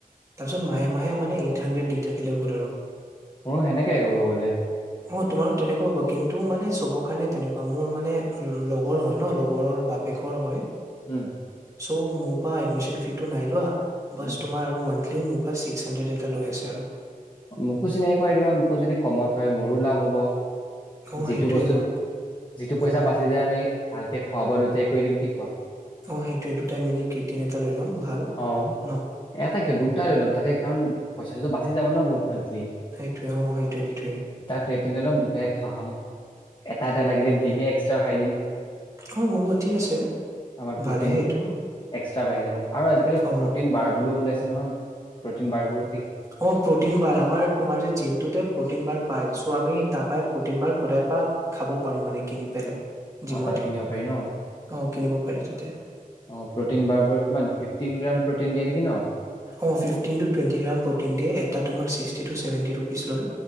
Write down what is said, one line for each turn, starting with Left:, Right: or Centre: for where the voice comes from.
Right: তাৰপিছত মাহে -মাহে মানে এইট হাণ্ড্ৰেড দি থাকিলে হ'ল আৰু
Left: মোৰ সেনেকে ক'ব গ'লে
Right: অ তোমাৰো তেনেকুৱাও হ'ব, কিন্তু মানে চবৰ কাৰণে তেনেকুৱা মোৰ মানে লগৰ হয় ন, লগৰৰ বাপেকৰ হয়।
Left: উম
Right: চ' মোৰ পৰা এডমিশন ফিছ, টো নাই লোৱা। বাছ
Left: উম।
Right: তোমাৰ আৰু মনন্থেলি তেওঁ মোৰ পৰা ছিক্স হাণ্ড্ৰেড এটা লৈ আছে আৰু
Left: মোকো চিনাকি কৰাই দিবা, মোকো যদি কমত হয় মোৰো লাভ হ'ব।
Right: অ
Left: যিটো
Right: সেইটোৱে
Left: বস্তু,
Right: মই
Left: যিটো পইচা
Right: অ
Left: বাচি যায় আমি ভালকে খোৱা বোৱা দুটাই কৰি দিম কি কোৱা?
Right: অ সেইটোৱে দুটাই মিলি ক্ৰিটিন এটা লৈ ল'ম ভাল
Left: অ
Right: ন
Left: এটা কিয় দুটা লৈ ল'ম, তাতে কাৰণ পইচাটোতো বাচি যাব ন বহুত। মান্থলি।
Right: সেইটোৱে, অ সেইটোৱে, সেইটোৱে
Left: কেৰ্টিনে লম দুটাই খাম এটা, এটা লাগিলে দিমে এক্সট্ৰা খাই দিম।
Right: অ হ'ব ঠিক আছে
Left: আমাৰ প্ৰটিন
Right: ভালেহে এইটো
Left: এক্সট্ৰা বাঢ়ি যাব, আৰু আজিকালি
Right: অ
Left: প্ৰটিনবাৰ বুলিও ওলাইছে নহয় প্ৰটিনবাৰবোৰ
Right: অ প্ৰ'টিনবাৰ আমাৰ তোমাৰ যে জিমটোতে প্ৰ'টিন বাৰ পাই, চ' আমি তাৰপৰাই প্ৰ'টিন বাৰ সদাই পাওঁ খাব পাৰো মানে কিনি পেলাই। জিমতে
Left: অ তাতে কিনিব পাৰি ন,
Right: অ কিনিব পাৰি তাতে
Left: অ প্ৰ'টিন বাৰ বোৰত কিমান ফিফটিন গ্ৰাম প্ৰ'টিন দিয়ে নেকি ন?
Right: অ fifteen to twenty gram protein দিয়ে, এটা তোমাৰ ছিক্সটি টু চেভেনটি ৰুপিচ লয়।